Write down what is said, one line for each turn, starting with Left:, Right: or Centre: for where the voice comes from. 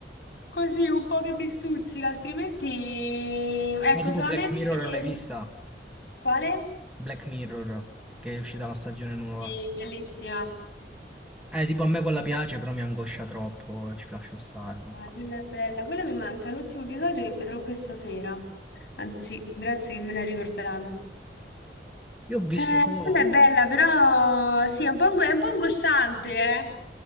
Left: così un po' che mi stuzzica, altrimenti... Ecco,
Centre: Ma tipo
Left: solamente...
Centre: Black Mirror l'hai vista?
Left: Quale?
Centre: Black Mirror, che è uscita la stagione nuova.
Left: Sì, bellissima.
Centre: Eh, tipo a me quella piace, però mi angoscia troppo, ci lascio stare. non
Left: Eh,
Centre: fa-
Left: quella è bella, quella mi manca, l'ultimo episodio che vedrò questa sera. Anzi, grazie che me l'hai ricordato.
Centre: Io ho visto
Left: Eh,
Centre: solo...
Left: quella è bella, però sì, è un po', ingo- è un po' angosciante, eh.